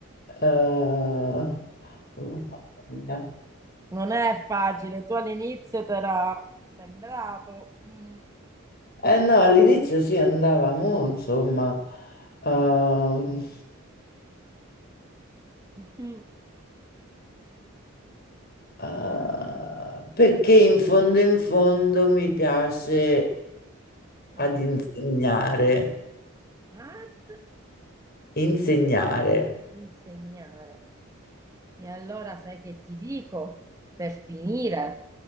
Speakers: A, on the left; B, on the right.
A: eh, oh, mamma mia.
B: Non è facile, tu all'inizio ti era sembrato. mm.
A: Eh no, all'inizio si andava, mo, insomma, ehm,
B: Mm.
A: eh, perché in fondo in fondo mi piace
B: Eh,
A: ad insegnare,
B: Ad,
A: insegnare.
B: ad insegnare. E allora sai che ti dico per finire